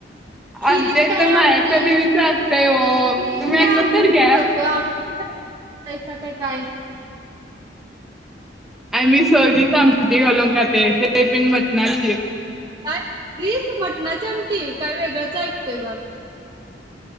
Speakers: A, on the right; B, in the centre.
A: खिरीत
B: आमच्या इथ
A: काय आमटी
B: मायाका देवीचा असतंय ओ
A: <inaudible>
B: तुम्ही ऐकून तर घ्या. आणि मी सोजीत अमटी घालून का ते. टिफिन मधन <unintelligible>
A: काय? तीस मटणाची आमटी काय वेगळच ऐकते बाप?